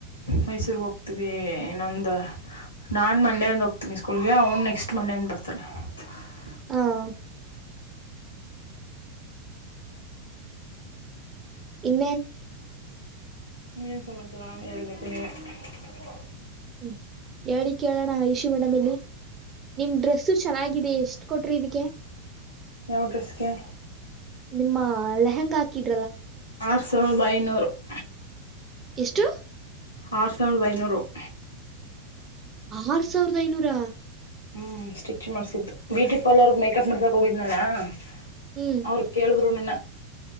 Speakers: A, on the left; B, on the right.
A: ಮೈಸೂರ್ರಿಗೆ, ಹೋಗ್ತೀವಿ. ಇನ್ನೊಂದು ನಾನು ಮಂಡೆ, ಹೋಗ್ತೀನಿ. ಸ್ಕೂಲ್ಗೆ ಅವ್ನು ನೆಕ್ಸ್ಟ್ ಮಂಡೆ ಇಂದ ಬರ್ತಾನೆ. <unintelligible>
B: ಹಾ. <inaudible> ಇನ್ನೇನು. <inaudible>
A: ನೀನ್, ಏನು, ಸಮಾಚಾರ ಹೇಳ್ಬೇಕು ನೀವೇ? <unintelligible>
B: ಹ್ಮ, ಹೇಳಿ ಕೇಳೋಣ ಐಶು ಮೇಡಂ ಹೇಳಿ. <unintelligible> ನಿಮ್, ಡ್ರೆಸ್ಸು, ಚೆನ್ನಾಗಿದೆ ಎಷ್ಟು. <inaudible> ಎಷ್ಟ, ಕೊಟ್ರಿ ಇದಕ್ಕೆ? <unintelligible>
A: ಯಾವ, ಡ್ರೆಸ್ಗೆ.
B: ನಿಮ್ಮ, ಲೆಹಂಗಾ, ಹಾಕಿದ. <inaudible>
A: ಆರ್, ಸಾವಿರದ, ಐನೂರು. <unintelligible>
B: ಎಷ್ಟು? <inaudible>
A: ಆರು, ಸಾವಿರದ, ಐನೂರು. <inaudible>
B: ಆರ್, ಸಾವಿರದ, ಐನೂರ! <unintelligible>
A: ಹ್ಮ್, ಸ್ಟಿಚ್ ಮಾಡ್ಸಿದ್ದು, ಬ್ಯೂಟಿ ಪಾರ್ಲರ್. ಮೇಕಪ್ ಮಾಡಸಾಕ್ ಹೋಗಿದ್ನಲ್ಲಾ! <unintelligible>
B: ಹ್ಮ್
A: ಅವರು, ಕೇಳಿದ್ರು, ನನ್ನ. <unintelligible>